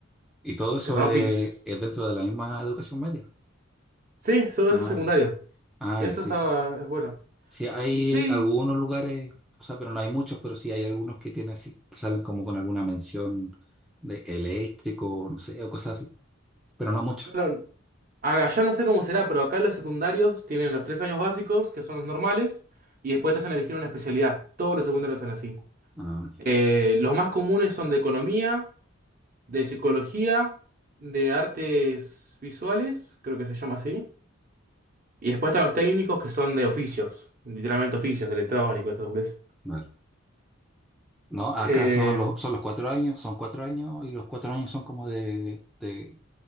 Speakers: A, in the centre; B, on the right.
A: Y todo eso
B: que son oficios.
A: es, es dentro de la misma educación media.
B: Sí, todo
A: Ay,
B: eso es secundario,
A: ay,
B: eso
A: sí,
B: está,
A: sí.
B: es bueno.
A: Sí, hay
B: Sí,
A: algunos lugares, o sea, pero no hay muchos, pero sí hay algunos que tienen así, que salen como con alguna mención de eléctrico, no sé, o cosas así, pero no muchos.
B: pero allá no sé cómo será, pero acá los secundarios tienen los tres años básicos, que son los normales, y después te hacen elegir una especialidad, todos los secundarios son así.
A: Ah,
B: Eh, los más comunes son de economía, de psicología, de artes visuales, creo que se llama así. Y después están los técnicos que son de oficios, literalmente oficios, de electrónico, esto es.
A: vale. No, acá
B: Eh,
A: son los, son los cuatro años, son cuatro años y los cuatro años son como de, de